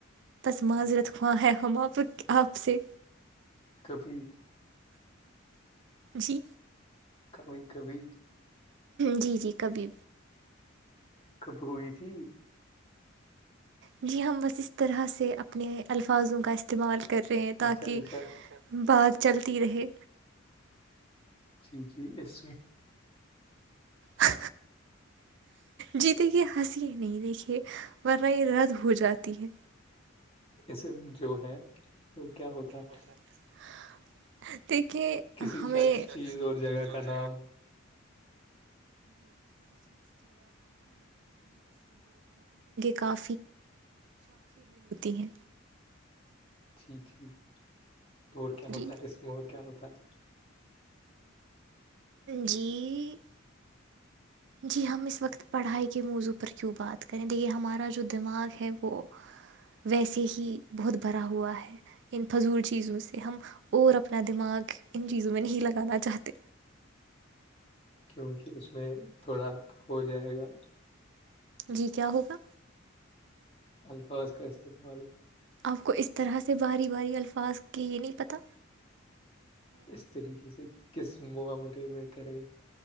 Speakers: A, on the right; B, on the left.
A: بس معذرکھواں ہے ہم آپ آپ سے
B: کبھی
A: جی
B: کبھی کبھی
A: جی جی کبھی
B: کب ہوئی تھی
A: جی ہم بس اس طرح سے اپنے الفاظوں کا استعمال کر رہے ہیں تاکہ
B: اچھا اچھا
A: بعد چلتی رہے
B: جی جی جی اس
A: ہ جیتے کہ ہنسی نہیں دیکھے ورنہ یہ رد ہو جاتی ہے
B: اسم جو ہے وہ کیا ہوتا ہے
A: ہوہت ہے اچ دیکھیے
B: کسی
A: ہمیں
B: شخص چیز اور جگہ کا
A: ج
B: نام
A: کا <inaudible>
B: جی ٹھیک اور کیا ہوتا
A: جی
B: ہے اس میں اور کیا ہوتا ہے
A: جی جی ہم اس وقت پڑھائی کے موضوع پر کیوں بات کریں دیکھیے ہمارا جو دماغ ہے وہ ویسے ہی بہت بھرا ہوا ہے ان فضول چیزوں سے ہم اور اپنا دماغ ان چیزوں میں نہیں لگانا چاہتے
B: کیونکہ اس میں تھوڑا ہو جائے گا
A: جی کیا ہوگا
B: الفاظ کا استعمال
A: آپ کو اس طرح سے باری باری الفاظ کہ یہ نہیں پتا
B: اس طریقے سے کس معقاملے میں کریں